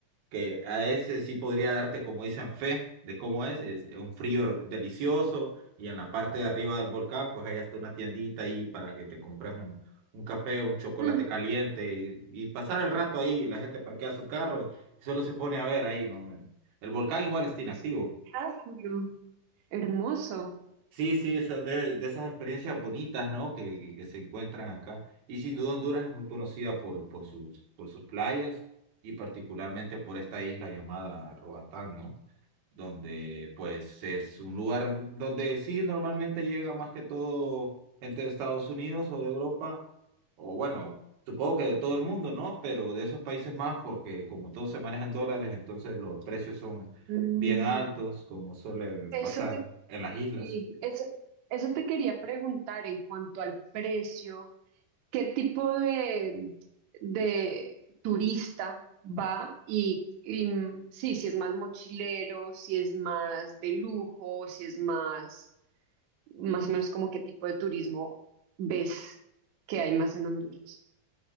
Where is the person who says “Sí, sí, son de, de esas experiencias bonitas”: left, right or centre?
Right